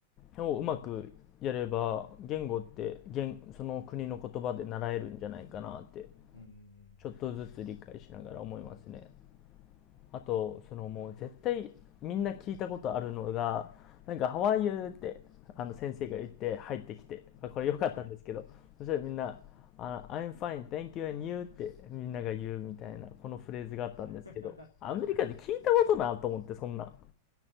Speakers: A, on the left; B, on the left.
A: をうまくやれば言語って言その国の言葉で習えるんじゃないかなって
B: うん、
A: ちょっとずつ理解しながら思いますねあとそのもう絶対みんな聞いたことあるのがなんか「ハワイ o u ってあの先生が言って入ってきてあこれ良かったんですけどそしたらみんな「あ
B: はい。
A: I'm fine thank you and you」ってみんなが言うみたいなこのフレーズがあったんですけどアメリカで聞いたことなと思ってそんな
B: <laughs>